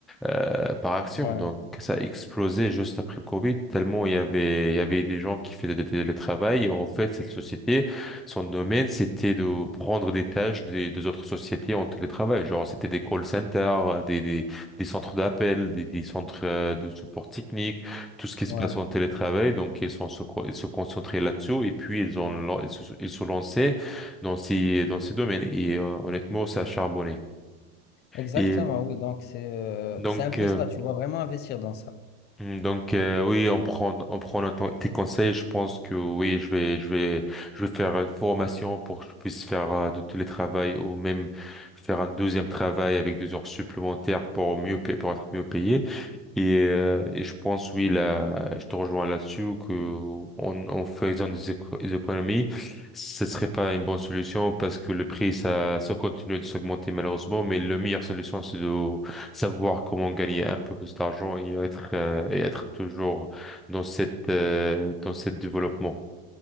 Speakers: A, in the centre; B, on the left.
A: euh, par action.
B: Ouais,
A: Donc, ça a explosé juste après le Covid, tellement il y avait, il y avait des gens qui faisaient des télétravail. Et en fait, cette société, son domaine, c'était de prendre des tâches des, des autres sociétés en télétravail. Genre, c'était des call centers, des, des, des centres d'appel, des, des centres euh, de support technique, tout ce qui
B: ouais.
A: se passe en télétravail. Donc, ils sont, se co- ils se concentraient là-dessus et puis ils ont, lan- ils se, ils se lançaient dans ces, dans ces domaines. Et euh, honnêtement, ça a charbonné.
B: Exactement,
A: Et
B: oui. Donc, c'est euh,
A: donc,
B: c'est un peu
A: euh,
B: ça, tu vois, vraiment investir dans ça.
A: Hmm, Donc euh, oui, on prend on prend notre- tes conseils. Je pense que oui, je vais je vais je vais faire une formation pour que je puisse faire euh, de télétravail ou même faire un deuxième travail avec deux heures supplémentaires pour mieux pa- pour être mieux payé. Et, euh, et je pense, oui, là, je te rejoins là-dessus, que en, en faisant des, éco- des économies, ce serait pas une bonne solution parce que le prix, ça, ça continue de s'augmenter malheureusement, mais la meilleure solution, c'est de savoir comment gagner un peu plus d'argent et être, euh, et être toujours dans cette, euh, dans cette développement.